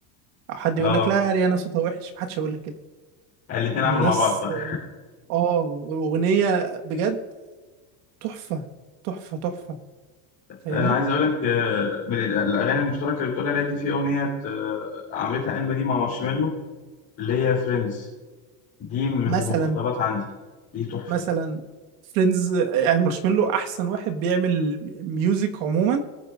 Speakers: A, on the right; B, on the left.
A: أو حد يقول
B: اه
A: لك لا ريانا صوتها وحش ما حدش هيقول لك كده
B: الاتنين عملوا
A: الناس
B: مع بعض بقى
A: آه الأغنية بجد تحفة تحفة تحفة فاهمني
B: انا عايز اقول لك آه، من ال- الاغاني المشتركة اللي بتقول عليها دي في اغنية آه، عملتها ان مالي مع مارشميلو اللي هي فريندز دي من المفضلات
A: مثلا
B: عندي دي تحفة
A: مثلا فريندز يعني مارشميلو احسن واحد بيعمل ميوزك عموما